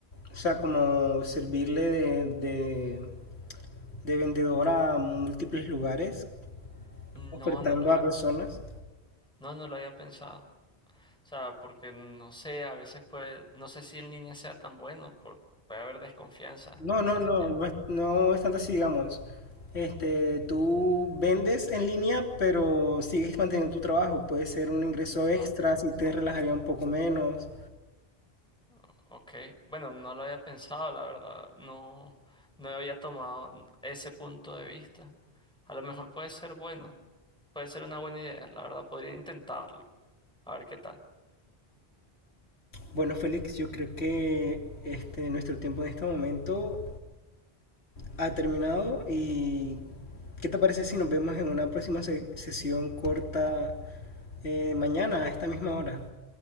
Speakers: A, on the left (about 85°); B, in the centre.
A: O sea, como servirle de, de, de vendedor a múltiples lugares,
B: No,
A: ofertando
B: no lo había,
A: a personas.
B: no, no lo había pensado. O sea, porque no sé, a veces puede, no sé si en línea sea tan bueno, por, puede haber desconfianza,
A: No, no,
B: ¿sí
A: no,
B: me entiendes?
A: no es, no es tanto así, digamos. Este, tú vendes en línea, pero sigues manteniendo tu trabajo. Puede ser un ingreso extra
B: Okay,
A: si te relajaría un poco menos.
B: o- okay. Bueno, no lo había pensado, la verdad, no, no había tomado ese punto de vista. A lo mejor puede ser bueno, puede ser una buena idea, la verdad, podría intentarlo, a ver qué tal.
A: Bueno, Félix, yo creo que este, nuestro tiempo en este momento ha terminado y ¿qué te parece si nos vemos en una próxima se- sesión corta eh, mañana a esta misma hora?